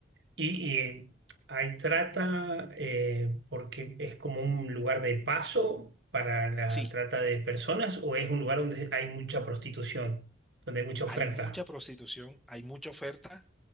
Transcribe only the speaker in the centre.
Sí,
hay mucha prostitución, hay mucha oferta,